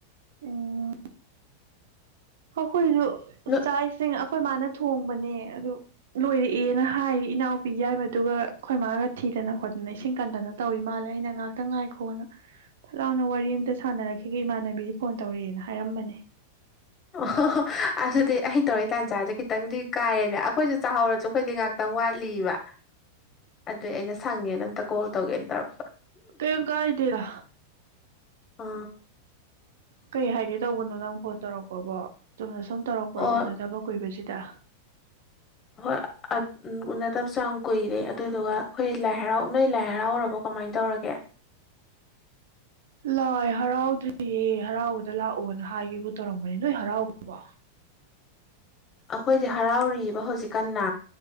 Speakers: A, on the right; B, on the left.
A: ꯎꯝ ꯑꯩꯈꯣꯏꯁꯨ
B: ꯅꯣꯏ
A: ꯆꯥꯛ ꯏꯁꯤꯡ ꯑꯩꯈꯣꯏ ꯃꯥꯅ ꯊꯣꯡꯕꯅꯦ ꯑꯗꯨ ꯂꯣꯏꯔꯛꯑꯦꯅ ꯍꯥꯏ ꯏꯅꯥꯎꯄꯤ ꯌꯥꯏ ꯃꯗꯨꯒ ꯑꯩꯈꯣꯏ ꯃꯥꯒ ꯊꯤꯗꯅ ꯈꯣꯠꯇꯅ ꯏꯁꯤꯡ ꯀꯟꯗꯅ ꯇꯧꯋ ꯃꯥꯜꯂꯦ ꯑꯩꯅ ꯉꯍꯥꯛꯇ ꯉꯥꯏꯈꯣꯅ ꯐꯠ ꯂꯥꯎꯅ ꯋꯥꯔꯤ ꯑꯃꯝꯇ ꯁꯥꯟꯅꯔꯛꯈꯤꯒꯦ ꯏꯃꯥꯟꯅꯕꯤꯗꯤ ꯐꯣꯟ ꯇꯧꯔꯛꯑꯦꯅ ꯍꯥꯏꯔꯝꯕꯅꯦ
B: ꯑꯣ ꯑꯗꯨꯗꯤ ꯑꯩꯅ ꯇꯧꯔꯛ ꯇꯥꯟꯖꯥꯁꯦ ꯈꯤꯇꯪꯗꯤ ꯀꯥꯏꯔꯦꯅꯦ ꯑꯩꯈꯣꯏꯁꯨ ꯆꯥꯍꯧꯔꯁꯨ ꯑꯩꯈꯣꯏꯗꯤ ꯉꯥꯛꯇꯪ ꯋꯥ ꯋꯥꯠꯂꯤꯕ ꯑꯗꯨꯏ ꯑꯩꯅ ꯁꯪꯒꯦꯅ ꯑꯝꯇ ꯀꯣꯜ ꯇꯧꯒꯦꯅ ꯇꯧꯔꯛꯄ
A: ꯀꯣ ꯀꯏꯗꯔ
B: ꯑ
A: ꯀꯩ ꯍꯥꯏꯒꯦ ꯇꯧꯕꯅꯣ ꯅꯪ ꯐꯣꯟ ꯇꯧꯔꯛꯄꯕꯣ ꯆꯨꯝꯅ ꯁꯨꯝ ꯇꯧꯔꯛꯄ꯭ꯔꯥ
B: ꯑꯣ
A: ꯎꯅꯗꯕ ꯀꯨꯏꯕꯁꯤ ꯇꯥ
B: ꯍꯣꯏ ꯎ ꯅ ꯇꯕꯁꯨ ꯌꯥꯝ ꯀꯨꯏꯔꯦ ꯑꯗꯨꯗꯨꯒ ꯑꯩꯈꯣꯏ ꯂꯥꯏ ꯍꯔꯥꯎ ꯅꯣꯏ ꯂꯥꯏ ꯍꯔꯥꯎꯔꯕꯀꯣ ꯀꯃꯥꯏꯅ ꯇꯧꯔꯒꯦ
A: ꯂꯥꯏ ꯍꯔꯥꯎꯗ꯭ꯔꯤꯌꯦ ꯍꯔꯥꯎꯕꯗ ꯂꯥꯛꯑꯣꯅ ꯍꯥꯏꯒꯕꯨ ꯇꯧꯔꯝꯕꯅꯤ ꯅꯣꯏ ꯍꯔꯥꯎꯕꯣ
B: ꯑꯩꯈꯣꯏꯗꯤ ꯍꯔꯥꯎꯔꯤꯕ ꯍꯧꯖꯤꯛꯀꯟꯅ